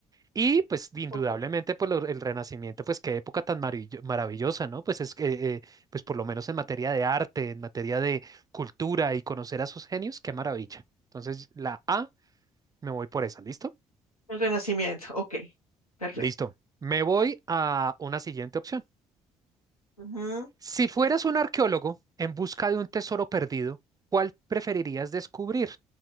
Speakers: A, on the right; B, on the left.
A: Y pues indudablemente
B: Ok.
A: pues lo- el Renacimiento, pues qué época tan maravillo- maravillosa, ¿no? Pues es que, eh, eh, pues por lo menos en materia de arte, en materia de cultura y conocer a sus genios, qué maravilla. Entonces la A, me voy por esa, ¿listo?
B: El Renacimiento, ok. Perfecto.
A: Listo. Me voy a una siguiente opción.
B: Ujú,
A: Si fueras un arqueólogo en busca de un tesoro perdido, ¿cuál preferirías descubrir?